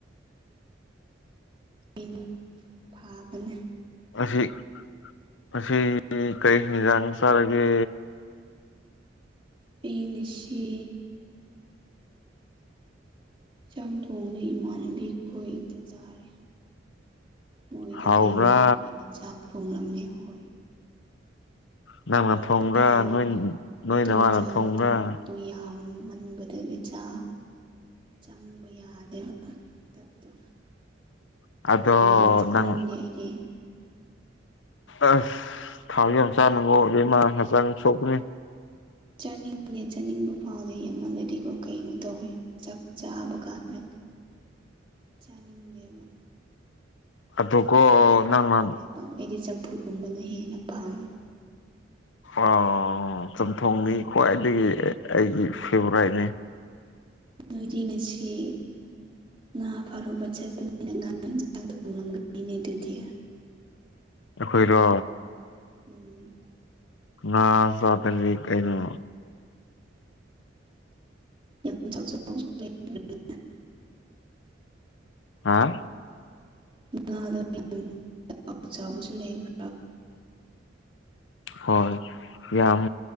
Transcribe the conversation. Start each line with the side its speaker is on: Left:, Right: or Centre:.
Right: ꯏꯅꯨ ꯐꯥꯕꯅꯦ
Left: ꯉꯁꯤ ꯉꯁꯤ ꯗꯤ ꯀꯔꯤ ꯍꯤꯟꯖꯥꯡ ꯆꯥꯔꯒꯦ
Right: ꯑꯩ ꯉꯁꯤ ꯆꯥꯝ ꯊꯣꯡꯅꯦ ꯏꯃꯥꯟꯅꯕꯤ ꯈꯣꯏꯗ ꯆꯥꯔꯦ꯫ ꯃꯣꯏꯗ
Left: ꯍꯥꯎꯕ꯭ꯔꯥ
Right: ꯀꯩꯅꯣ ꯌꯦꯟꯁꯥꯡ ꯊꯣꯡꯂꯝꯃꯦ ꯍꯣꯏ
Left: ꯅꯪꯅ
Right: ꯍꯥꯎꯗꯤ
Left: ꯊꯣꯡꯕ꯭ꯔꯥ
Right: ꯍꯥꯎꯋꯦ
Left: ꯅꯣꯏ ꯅꯣꯏ
Right: ꯇꯨ
Left: ꯅꯃꯥꯅ
Right: ꯏꯟꯁꯥꯡꯗꯣ
Left: ꯊꯣꯡꯕ꯭ꯔꯥ
Right: ꯊꯥꯎ ꯌꯥꯝ ꯃꯟꯕꯗꯨꯒꯤ ꯆꯥ ꯆꯪꯕ ꯌꯥꯗꯦꯕ꯫ ꯗꯞꯇꯣ
Left: ꯑꯗꯣ
Right: ꯊꯥꯎ ꯌꯥꯝ ꯆꯥꯅꯤꯡꯗꯦ
Left: ꯅꯪ
Right: ꯑꯩꯗꯤ
Left: ꯑꯁ ꯊꯥꯎꯗꯤ ꯌꯥꯝ ꯆꯥꯅꯨꯀꯣ ꯏꯕꯦꯝꯃꯥ ꯍꯛꯆꯥꯡ ꯁꯣꯛꯄꯅꯤ꯫
Right: ꯆꯥꯅꯤꯡꯉꯦ ꯆꯥꯅꯤꯡꯕ ꯐꯥꯎꯗꯦ ꯌꯥꯝꯃꯜꯂꯗꯤꯀꯣ ꯀꯩꯅꯣꯝ ꯇꯧꯋꯦ ꯆꯥꯛ ꯆꯥꯕ ꯀꯥꯟꯗ ꯆꯥꯅꯤꯡꯗꯦꯕ
Left: ꯑꯗꯣꯀꯣ
Right: ꯆꯥꯛ ꯆꯥꯅꯤꯡꯕ
Left: ꯅꯪꯅ
Right: ꯐꯥꯎꯗꯦꯕ ꯑꯩꯗꯤ ꯆꯝꯐꯨꯠꯒꯨꯝꯕꯅ ꯍꯦꯟꯅ ꯄꯥꯝꯃꯦ꯫
Left: ꯑꯣ ꯆꯝꯊꯣꯡꯗꯤ ꯈ꯭ꯋꯥꯏꯗꯒꯤ ꯑꯩꯒꯤ ꯐꯦꯚꯣꯔꯥꯏꯠꯅꯦ꯫
Right: ꯅꯣꯏꯗꯤ ꯉꯥꯁꯤ ꯉꯥ ꯐꯥꯔꯨꯕ ꯆꯠꯄꯅꯤꯅ ꯉꯥ ꯌꯦꯟꯁꯥꯡ ꯊꯣꯡꯂꯝꯒꯅꯤꯅꯦ ꯑꯗꯨꯗꯤ
Left: ꯑꯩꯈꯣꯏꯔꯣ
Right: ꯎꯝ
Left: ꯉꯥ ꯆꯥꯗ꯭ꯔꯥꯗꯤ ꯀꯩꯅꯣ
Right: ꯌꯥꯝ <inaudible>
Left: ꯑꯥ
Right: ꯉꯥꯗꯣ ꯌꯥꯝ ꯆꯥꯎ ꯆꯥꯎꯕꯁꯨ ꯂꯩꯕ꯭ꯔꯥ
Left: ꯍꯣꯏ ꯌꯥꯝ